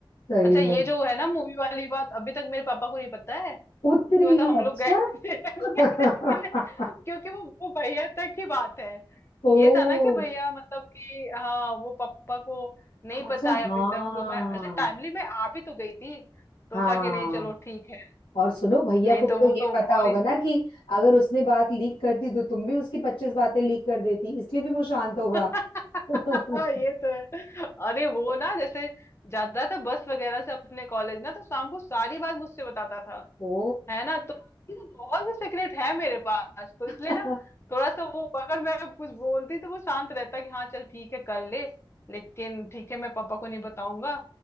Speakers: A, on the left (about 80°); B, on the left (about 30°).
A: सही
B: अच्छा ये
A: में
B: जो है ना मूवी वाली बात अभी तक मेरे पापा को नहीं पता है
A: उत्तरी
B: कि वो तो हम
A: अच्छा
B: लोग गए <laughs> थे ऐसे
A: <laughs>
B: मिले। क्योंकि वो वो भैया तक की बात है
A: ओ
B: ये था ना कि भैया मतलब कि हाँ वो पापा को नहीं
A: अच्छा
B: पता है अभी
A: हाँ
B: तक तो मैं अच्छा टाइमली मैं आ भी तो गई थी तो
A: हाँ
B: था कि नहीं चलो ठीक है
A: और सुनो भैया
B: नहीं
A: को
B: तो
A: भी
B: वो
A: तो ये
B: तो
A: पता
B: और
A: होगा
B: इस...
A: ना कि अगर उसने बात लीक करती तो तुम भी उसकी पच्चीस बातें लीक कर देती इसलिए भी वो शांत होगा
B: <laughs>
A: <laughs>
B: हाँ, ये तो है अरे वो ना जैसे जाता था बस वगैरह से अपने कॉलेज ना तो शाम को सारी बात मुझसे बताता था
A: ओ
B: है ना तो उसकी तो बहुत से सीक्रेट है मेरे पास तो इसलिए
A: <laughs>
B: ना थोड़ा सा वो अगर मैं कुछ बोलती तो वो शांत रहता कि हाँ चल ठीक है कर ले लेकिन ठीक है मैं पापा को नहीं बताऊंगा